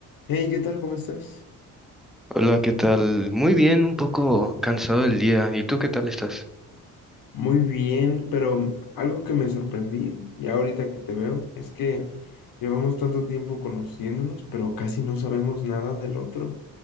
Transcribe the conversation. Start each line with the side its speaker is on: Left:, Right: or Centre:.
Left: Hey, ¿qué tal? ¿Cómo estás?
Centre: Hola, ¿qué tal? Muy bien, un poco cansado del día. ¿Y tú qué tal estás?
Left: Muy bien, pero algo que me sorprendí, ya ahorita que te veo, es que llevamos tanto tiempo conociéndonos, pero casi no sabemos nada del otro.